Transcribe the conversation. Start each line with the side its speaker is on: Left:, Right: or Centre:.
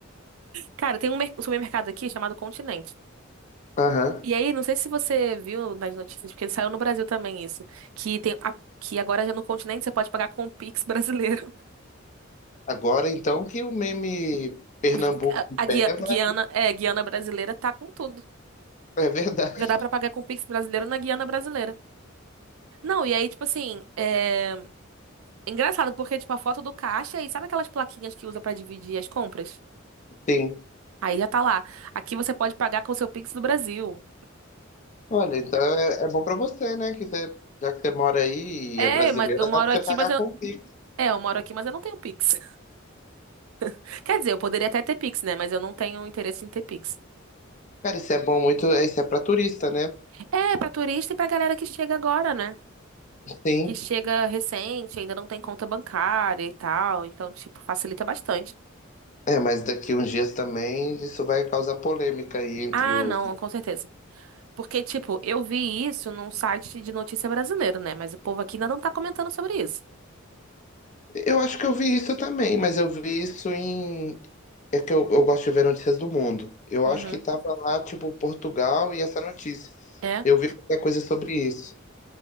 Right: cara, tem um mer- um supermercado aqui chamado Continente.
Left: Aham.
Right: E aí, não sei se você viu nas notícias, porque saiu no Brasil também isso, que tem a- que agora já no Continente você pode pagar com o Pix brasileiro.
Left: Agora, então, que o meme Pernambuco
Right: <laughs> A,
Left: em
Right: a Guia-
Left: pé vai...
Right: Guiana, é, Guiana brasileira tá com tudo.
Left: É verdade,
Right: Já dá pra pagar com o Pix brasileiro na Guiana brasileira. Não, e aí, tipo assim, é. Engraçado, porque, tipo, a foto do caixa e sabe aquelas plaquinhas que usa pra dividir as compras?
Left: <laughs> sim.
Right: Aí já tá lá. Aqui você pode pagar com o seu Pix do Brasil.
Left: Olha, então é, é bom pra você, né? Que você, já que você mora aí
Right: É,
Left: e é brasileira,
Right: mas eu moro
Left: dá pra você
Right: aqui,
Left: pagar
Right: mas eu.
Left: com o Pix.
Right: É, eu moro aqui, mas eu não tenho Pix. <laughs> Quer dizer, eu poderia até ter Pix, né? Mas eu não tenho interesse em ter Pix.
Left: Cara, isso é bom muito... Isso é pra turista, né?
Right: É, pra turista e pra galera que chega agora, né?
Left: Sim.
Right: Que chega recente, ainda não tem conta bancária e tal. Então, tipo, facilita bastante.
Left: É, mas daqui uns dias também isso vai causar polêmica aí entre
Right: Ah,
Left: os...
Right: não, com certeza. Porque, tipo, eu vi isso num site de notícia brasileiro, né? Mas o povo aqui ainda não tá comentando sobre isso.
Left: Eu acho que eu vi isso também, mas eu vi isso em. É que eu, eu gosto de ver notícias do mundo. Eu
Right: Uhum.
Left: acho que tava lá, tipo, Portugal e essa notícia.
Right: É.
Left: Eu vi qualquer coisa sobre isso.